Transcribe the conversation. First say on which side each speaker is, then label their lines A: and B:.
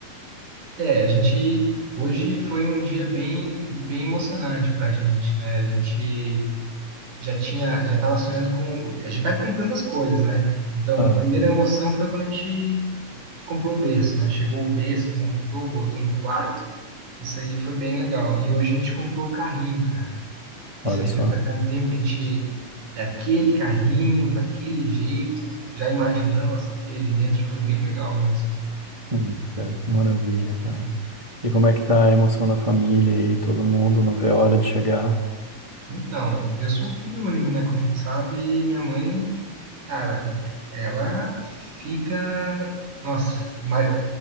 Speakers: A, on the right (about 60°); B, on the right (about 15°).
A: É, a gente, hoje foi um dia bem, bem emocionante pra gente, né? A gente já tinha, já tava sonhando com, a gente vai comprando as coisas, né? Então,
B: Ah,
A: a primeira emoção foi quando a gente comprou o berço, né? Chegou o berço, montou, botou no quarto, isso aí foi bem legal. E hoje a gente comprou o carrinho, cara. Isso
B: olha
A: aí
B: só.
A: já fazia um tempo que a gente. É aquele carrinho, daquele jeito, já imaginando a Sofia ali dentro, foi bem legal mesmo.
B: Hum, cara, que maravilha, cara. E como é que tá a emoção na família aí? Todo mundo não vê a hora de chegar?
A: Então, eu sou um filho único, né? Como tu sabe, minha mãe, cara, ela fica, nossa, mais,